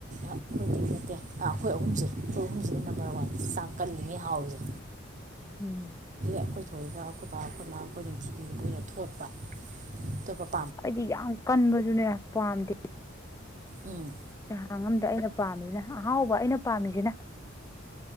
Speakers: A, on the right (about 40°); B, on the left (about 15°).
A: ꯑꯩꯈꯣꯏꯗꯤ ꯅꯠꯇꯦ ꯑꯩꯈꯣꯏ ꯑꯍꯨꯝꯁꯦ ꯑꯩꯈꯣꯏ ꯑꯍꯨꯝꯁꯤꯅ ꯅꯝꯕꯔ ꯋꯥꯟ ꯆꯥꯛ ꯀꯜꯂꯤꯉꯩ ꯍꯥꯎ ꯍꯧ ꯌꯥ
B: ꯎꯝ
A: ꯀꯣꯏꯊꯣꯛꯏꯒ ꯑꯩꯀꯣꯏꯕ ꯑꯩꯈꯣꯏꯕ ꯑꯩꯈꯣꯏ ꯅꯤꯡꯅꯨꯡꯊꯤꯕꯤ ꯃꯣꯏꯅ ꯊꯣꯠꯄ ꯑꯇꯣꯞꯄ
B: ꯑꯩꯗꯤ ꯌꯥꯝ ꯀꯟꯕꯁꯨꯅꯦ ꯄꯥꯝꯗꯦ
A: ꯎꯝ
B: ꯆꯦꯍꯥꯡ ꯑꯝꯗ ꯑꯩꯅ ꯄꯥꯝꯃꯤꯁꯤꯅ ꯑꯍꯥꯎꯕ ꯑꯩꯅ ꯄꯥꯝꯃꯤꯁꯤꯅ